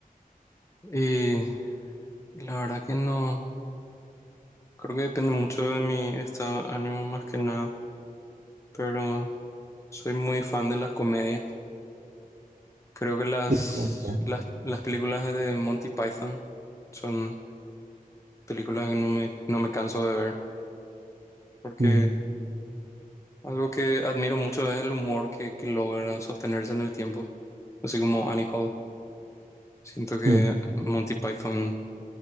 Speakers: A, on the left (about 20°); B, on the right (about 65°).
A: Y La verdad que no, creo que depende mucho de mi estado de ánimo más que nada, pero soy muy fan de las comedias. Creo que las,
B: Las comedias.
A: las, las películas de Monty Python son películas que no me, no me canso de ver, porque
B: Mm,
A: algo que admiro mucho es el humor que, que logra sostenerse en el tiempo, así como Annie Hall. Siento que
B: mm.
A: Monty Python